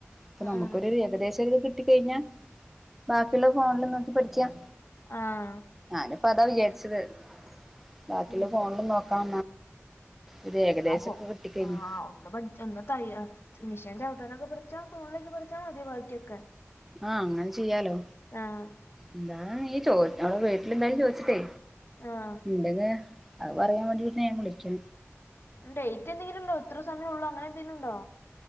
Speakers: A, in the centre; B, on the left.
A: ഇപ്പൊ നമുക്കരു
B: ഉം
A: ഏകദേശം ഒരു കിട്ടിക്കഴിഞ്ഞാ.. ബാക്കിള്ള ഫോണില് നോക്കി പഠിക്കാം.
B: ആഹ്
A: ഞാനുപ്പം അതാ വിചാരിച്ചത്! ബാക്കിയുള്ള
B: ഉം
A: ഫോണിൽ നോക്ക... ഒരു ഏകദേശമൊക്കെ
B: ആപ്പോ
A: കിട്ടി കഴിഞ്ഞി
B: ആഹ് ഒന്ന് പഠിച്ച തയ്യൽ മെഷീൻ ചവിട്ടാനൊക്കെ പഠിച്ചാ ഫോണിൽ നോക്കി പഠിച്ചാ മതി ബാക്കിയൊക്കെ.
A: ആഹ അങ്ങനെ ചെയ്യാലോ
B: ആഹ്
A: എന്താണ് നീ ചോ അവടെ വീട്ടിലെന്തായാലും ചോദിച്ചിട്ടേ.
B: ആഹ്
A: ണ്ടെങ്കിൽ അത്‌ പറയാൻ വേണ്ടിട്ടാ ഞാൻ വിളിക്കൽ
B: ഡേറ്റ് എന്തെലും ഉണ്ടോ ഇത്ര സമയം ഉള്ളോ അങ്ങനെ എന്തെലും ഉണ്ടോ